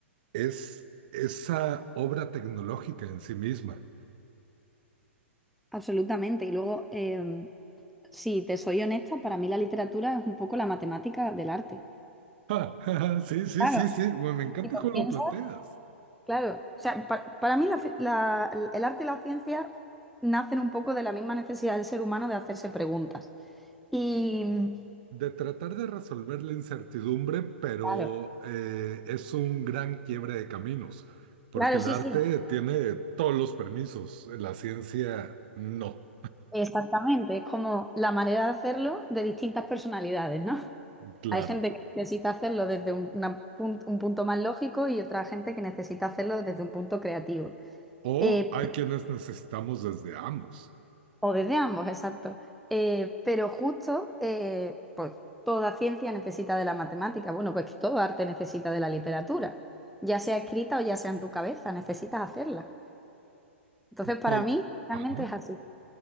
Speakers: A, on the right (about 45°); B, in the centre.
A: es esa obra tecnológica en sí misma.
B: Absolutamente. Y luego, em, si te soy honesta, para mí la literatura es un poco la matemática del arte.
A: Ja, <laughs> sí, sí,
B: Claro,
A: sí, sí, me, me encanta
B: si
A: cómo
B: lo piensas,
A: lo planteas.
B: claro. O sea, pa- para mí la fi- la- el arte y la ciencia nacen un poco de la misma necesidad del ser humano de hacerse preguntas. Y,
A: De tratar de resolver la incertidumbre, pero
B: Claro.
A: eh, es un gran quiebre de caminos, porque
B: Claro,
A: el
B: sí,
A: arte
B: sí,
A: tiene todos los permisos, la ciencia no,
B: exactamente. Es como la manera de hacerlo de distintas personalidades, ¿no?
A: claro.
B: Hay gente que necesita hacerlo desde un, una pun- un punto más lógico y otra gente que necesita hacerlo desde un punto creativo.
A: O
B: Eh,
A: hay quienes necesitamos desde ambos.
B: o desde ambos, exacto. Eh, pero justo, eh, pues toda ciencia necesita de la matemática. Bueno, pues que todo arte necesita de la literatura, ya sea escrita o ya sea en tu cabeza, necesitas hacerla. Entonces, para
A: To-
B: mí, realmente
A: Ajá.
B: es así.